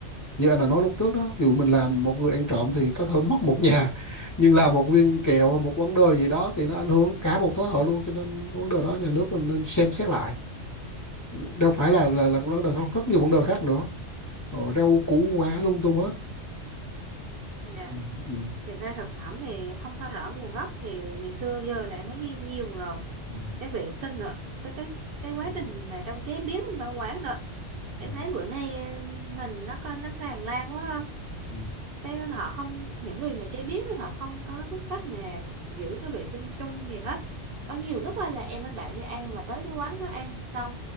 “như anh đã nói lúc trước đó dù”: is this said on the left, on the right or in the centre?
Left